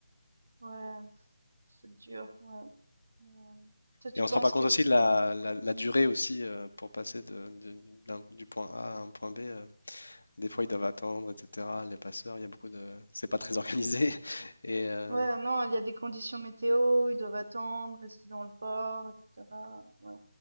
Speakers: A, on the right (about 50°); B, on the left (about 65°).
A: Ouais, c'est dur. Ouais. Mais, euh, Toi, tu
B: Et on
A: penses
B: se rend pas compte
A: que
B: aussi de la, la- la durée aussi euh, pour passer de- de- d'un- du point A à un point B. euh, Des fois, ils doivent attendre, etc. Les passeurs, il y a beaucoup de. C'est pas très organisé. <laughs> Et euh,
A: Ouais, non, il y a des conditions météo, ils doivent attendre, rester dans le port, etc. Ouais,